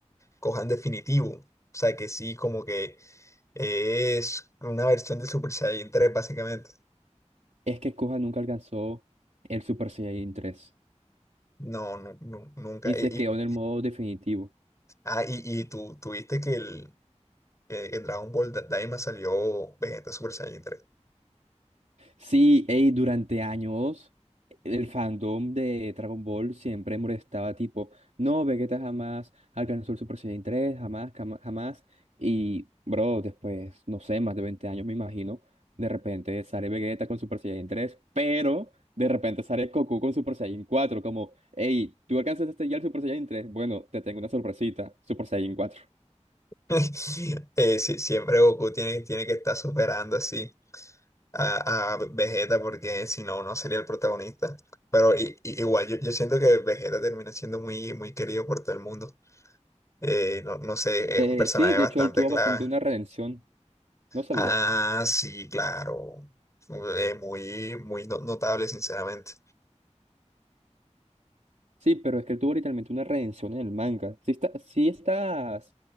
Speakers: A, on the left (about 25°); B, on the right (about 75°).
A: Gohan definitivo. O sea que sí, como que es una versión de Super Saiyan 3 básicamente.
B: Es que Gohan nunca alcanzó el Super Saiyan tres
A: No, no, no, nunca.
B: y
A: Y,
B: se quedó
A: y-
B: en el modo definitivo.
A: ah, y, y tú, tuviste que el, que el Dragon Ball Da- Daima salió Vegeta Super Saiyan tres
B: Sí, ey, durante años el fandom de Dragon Ball siempre molestaba tipo, no, Vegeta jamás alcanzó el Super Saiyan tres jamás, cama- jamás. Y, bro, después, no sé, más de 20 años me imagino, de repente sale Vegeta con Super Saiyan tres pero de repente sale Goku con Super Saiyan cuatro como, hey, tú alcanzaste ya el Super Saiyan tres bueno, te tengo una sorpresita, Super Saiyan cuatro
A: <laughs> Eh, sí, siempre Goku tiene, tiene que estar superando así a, a Vegeta porque si no, no sería el protagonista. Pero i- i- igual, yo, yo siento que Vegeta termina siendo muy, muy querido por todo el mundo. Eh, no, no sé,
B: Eh,
A: es un personaje
B: sí, de
A: bastante
B: hecho él tuvo
A: clave.
B: bastante una redención, ¿no sabías?
A: Ah, sí, claro. Eh, muy, muy no- notable, sinceramente.
B: Sí, pero es que él tuvo literalmente una redención en el manga. Sí, está, sí estás,